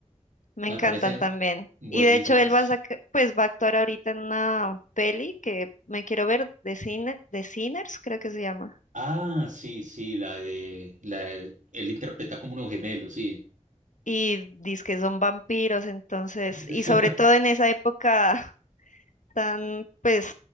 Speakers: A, on the left; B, on the right.
A: me
B: me
A: encantan
B: parecen
A: también.
B: buenísimas.
A: Y de hecho él va a saca- pues va a actuar ahorita en una peli que me quiero ver de cine, de Sinners, creo que se llama.
B: Ah, sí, sí, la de, la de- él interpreta como unos gemelos, sí.
A: Y dice que son vampiros, entonces,
B: <laughs>
A: y sobre todo en esa época <laughs> tan, pues,